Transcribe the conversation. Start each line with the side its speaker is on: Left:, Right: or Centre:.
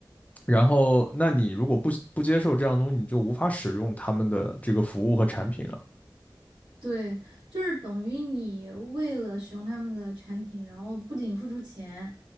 Left: 然后，那你如果不不接受这样的东西，你就无法使用他们的这个服务和产品了。
Right: 对，就是等于你为了使用他们的产品，然后不仅付出钱，